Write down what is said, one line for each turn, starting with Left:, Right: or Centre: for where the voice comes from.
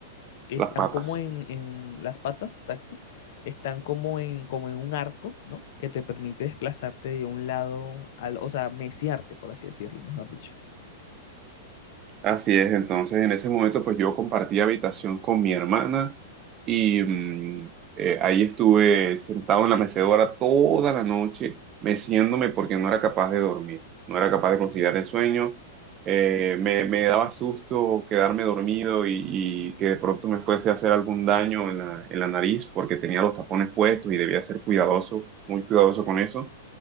Left: están
Right: Las patas.
Left: como en, en las patas, exacto, están como en, como en un arco, ¿no? Que te permite desplazarte de un lado al, o sea, meciarte, por así decirlo, mejor dicho.
Right: Así es, entonces en ese momento pues yo compartí habitación con mi hermana y mm, eh, ahí estuve sentado en la mecedora toda la noche, meciéndome porque no era capaz de dormir, no era capaz de conciliar el sueño, Eh, me, me daba susto quedarme dormido y, y que de pronto me fuese a hacer algún daño en la, en la nariz porque tenía los tapones puestos y debía ser cuidadoso, muy cuidadoso con eso.